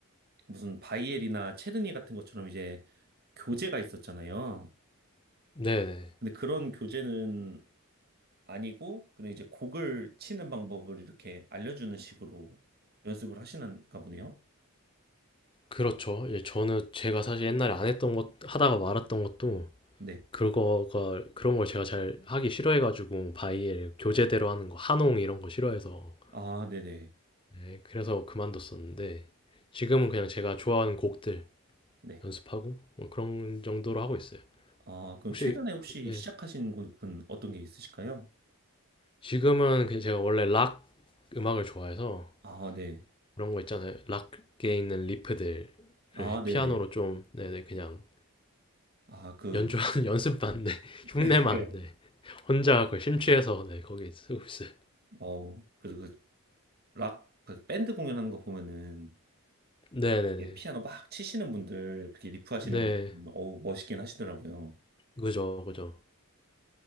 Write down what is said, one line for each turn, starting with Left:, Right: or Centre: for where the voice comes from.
Right: 무슨 바이엘이나 체르니 같은 것처럼 이제 교재가 있었잖아요.
Left: 네네.
Right: 근데 그런 교재는 아니고 그냥 이제 곡을 치는 방법을 이렇게 알려주는 식으로 연습을 하시는가 보네요.
Left: 그렇죠. 예 저는 제가 사실 옛날에 안 했던 것 하다가 말았던 것도
Right: 네.
Left: 그거가 그런 걸 제가 잘 하기 싫어해 가지고 바이엘 교재대로 하는 거 한홍 이런 거 싫어해서
Right: 아, 네네.
Left: 네 그래서 그만뒀었는데 지금은 그냥 제가 좋아하는 곡들
Right: 네.
Left: 연습하고 뭐 그런 정도로 하고 있어요.
Right: 아, 그럼
Left: 혹시
Right: 최근에 혹시
Left: 네.
Right: 시작하신 곳은 어떤 게 있으실까요?
Left: 지금은 그 제가 원래 락 음악을 좋아해서
Right: 아, 네.
Left: 그런 거 있잖아요. 락에 있는 리프들을
Right: 아, 네네.
Left: 피아노로 좀 네네 그냥
Right: 아, 그,
Left: 연주하는 <laughs> 연습반 네 <laughs> 흉내만
Right: 네.
Left: 네 혼자 그 심취해서 네 거기에 쓰고 있어요.
Right: 어, 그, 그, 락, 그 밴드 공연하는 거 보면은
Left: 네네네.
Right: 이게 피아노 막 치시는 분들, 그렇게 리프 하시는
Left: 네.
Right: 분들, 보면 어우, 멋있긴 하시더라고요.
Left: 그죠, 그죠.